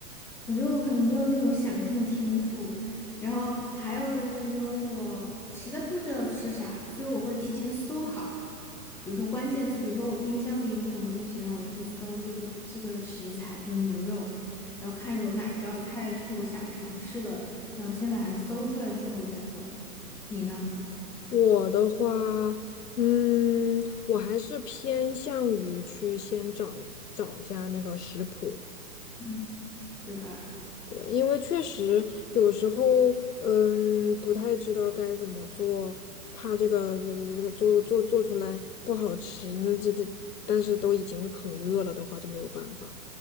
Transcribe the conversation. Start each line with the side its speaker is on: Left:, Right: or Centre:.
Centre: 我觉得我可能没有那种想象的天赋，然后还有就是因为我实在不知道吃啥，所以我会提前搜好。比如说关键词，比如说我冰箱里有什么东西，然后我就会搜这个这个食材，比如牛肉，然后看有哪一道菜是我想尝试的，然后先把它搜出来之后我再做。你呢？
Left: 我的话，嗯，我还是偏向于去先找找一下那个食谱，
Centre: 嗯，对吧？
Left: 对，因为确实有时候，嗯，不太知道该怎么做，怕这个这个做做做出来不好吃，那这这，但是都已经很饿了的话就没有办法了。